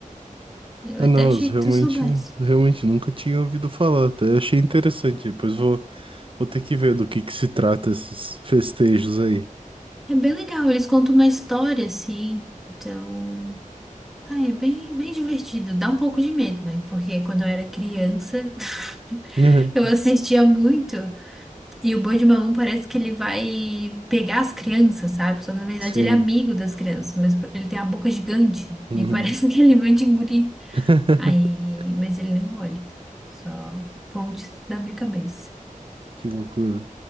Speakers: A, in the centre; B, on the right.
A: Eu
B: É,
A: até
B: não,
A: achei
B: eu realmente,
A: que tu soubesse.
B: realmente nunca tinha ouvido falar, até achei interessante. Depois vou, vou ter que ver do que que se trata esses festejos aí.
A: É bem legal, eles contam uma história assim, então. Ah, é bem, bem divertido. Dá um pouco de medo, né? Porque quando eu era criança, <laughs>
B: <laughs>
A: eu assistia muito. E o Boi de Mamão parece que ele vai pegar as crianças, sabe? Só que na verdade
B: Sim.
A: ele é amigo das crianças, mas ele tem a boca gigante.
B: Uhum.
A: Aí parece <laughs> que ele vai te engolir.
B: <laughs>
A: Aí. Mas ele não engole, tá? Só fontes da minha cabeça.
B: Que loucura.